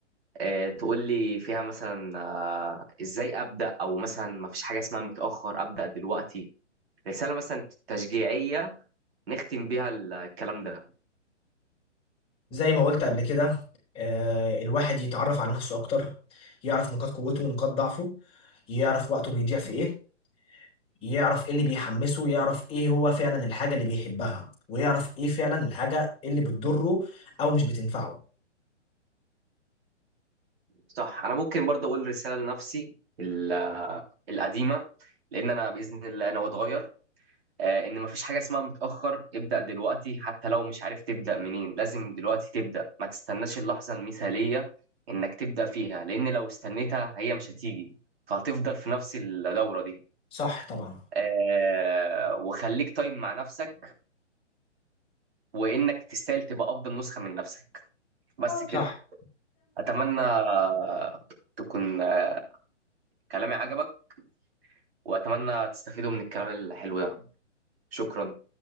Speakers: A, on the right (about 55°); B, on the left (about 15°).
A: آه، تقول لي فيها مثلا آه، ازاي ابدا او مثلا ما فيش حاجه اسمها متاخر ابدا دلوقتي رساله مثلا تشجيعيه نختم بيها الكلام ده
B: زي ما قلت قبل كده آه، الواحد يتعرف على نفسه أكتر يعرف نقاط قوته ونقاط ضعفه يعرف وقته بيضيع في إيه يعرف إيه اللي بيحمسه يعرف إيه هو فعلا الحاجة اللي بيحبها ويعرف إيه فعلا الحاجة اللي بتضره أو مش بتنفعه
A: صح انا ممكن برضه اقول رساله لنفسي ال- القديمه لان انا باذن الله انا واتغير آه، ان ما فيش حاجه اسمها متاخر ابدا دلوقتي حتى لو مش عارف تبدا منين لازم دلوقتي تبدا ما تستناش اللحظه المثاليه انك تبدا فيها لان لو استنيتها هي مش هتيجي فهتفضل في نفس الدوره دي
B: صح طبعا
A: آه وخليك طيب مع نفسك وانك تستاهل تبقى افضل نسخة من نفسك بس
B: صح
A: كده اتمنى آه، تكون آه، كلامي عجبك واتمنى تستفيدوا من الكلام الحلو ده شكرا